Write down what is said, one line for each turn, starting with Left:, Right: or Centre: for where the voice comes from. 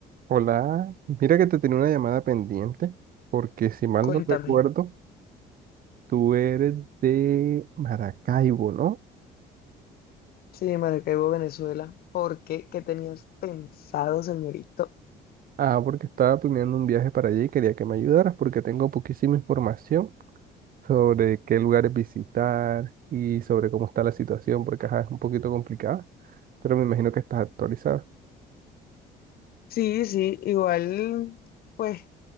Right: Hola, mira que te tenía una llamada pendiente, porque si mal
Left: Cuéntame.
Right: no recuerdo, tú eres de Maracaibo, ¿no?
Left: Sí, Maracaibo, Venezuela. ¿Por qué? ¿Qué tenías pensado, señorito?
Right: Ah, porque estaba planeando un viaje para allí y quería que me ayudaras porque tengo poquísima información sobre qué lugares visitar y sobre cómo está la situación, porque ajá, es un poquito complicada, pero me imagino que estás actualizada.
Left: Sí, sí, igual, pues,